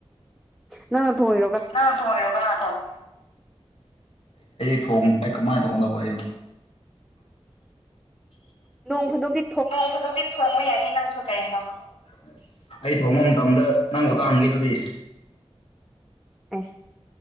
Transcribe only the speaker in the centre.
ꯅꯪꯅ ꯊꯣꯛꯉꯤꯔꯣ
ꯅꯣꯡ ꯐꯗꯧꯗꯤ
ꯑꯁ